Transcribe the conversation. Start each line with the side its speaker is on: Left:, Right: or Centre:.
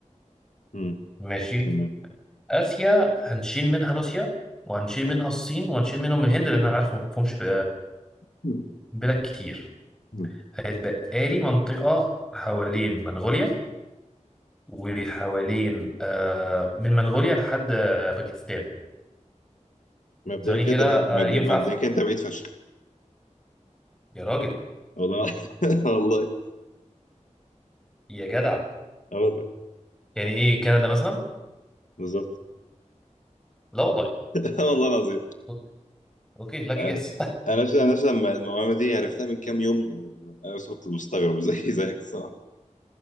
Left: مم،
Centre: ماشي
Left: تمام
Centre: اسيا هنشيل منها روسيا وهنشيل منها الصين وهنشيل منهم الهند لان انا عارف ما فيهمش ب-
Left: مم،
Centre: بلاد كتير
Left: مم.
Centre: هيتبقى لي منطقه حوالين منغوليا وحوالين آه، من منغوليا لحد آه، باكستان
Left: مبدئيا
Centre: ثواني
Left: كده
Centre: كده
Left: انت بعيد- مبد-
Centre: آه، ينفع
Left: مبدئيا
Centre: أفتح.
Left: كده انت بعيد فشخ
Centre: يا راجل
Left: والله <laughs> والله
Centre: يا جدع
Left: آه والله
Centre: يعني ايه كندا مثلا
Left: بالظبط
Centre: لا والله
Left: <laughs> والله العظيم
Centre: اوكي أوكي، لاكي
Left: آه،
Centre: جاس
Left: انا ش- انا ش- لما المعلومه دي عرفتها من كام يوم يعني انا كنت مستغرب <laughs> زي زيك الصراحه